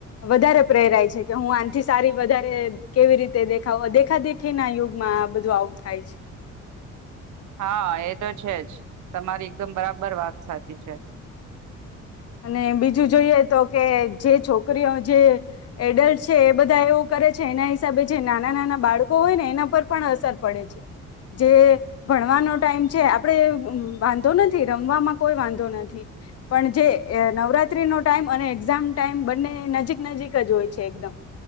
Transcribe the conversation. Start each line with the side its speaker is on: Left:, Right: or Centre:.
Left: વધારે પ્રેરાય છે કે હું આથી સારી વધારે કેવી રીતે દેખાવ દેખાદેખી ના યુગમાં આ બધું આવુંતું ખાય છે.
Right: હા એ તો છે જ, તમારી એકદમ બરાબર વાત સાચી છે.
Left: અને બીજું જોઈએ તો કે જે છોકરીઓ જે, એડલ્ટ છે એ બધા એવું કરે છે એના હિસાબે જે નાના નાના બાળકો હોય ને એના પર પણ અસર પડે છે, જે ભણવાનો ટાઈમ છે આપણે વાંધો નથી રમવામાં કોઈ વાંધો નથી, પણ જે નવરાત્રી નો ટાઈમ અને એક્ઝામ ટાઈમ બંને નજીક નજીક જ હોય છે એકદમ.